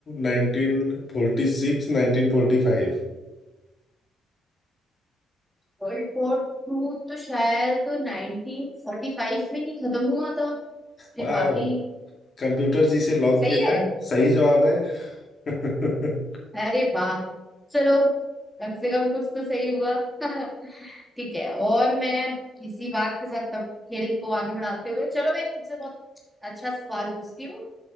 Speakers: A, on the left; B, in the centre.
A: nineteen forty six nineteen forty five
B: वर्ल्ड वॉर टू तो शायद 1945 में ही खत्म हुआ था इसके
A: वाह,
B: बाद ही
A: कंप्यूटर जिसे लॉक
B: सही
A: किया
B: है
A: जाए सही जवाब है <laughs>
B: अरे वाह चलो कम से कम कुछ तो सही हुआ <laughs> ठीक है और मैं इसी बात के साथ अब खेल को आगे बढ़ाते हुए चलो मैं एक तुमसे बहुत अच्छा सवाल पूछती हूँ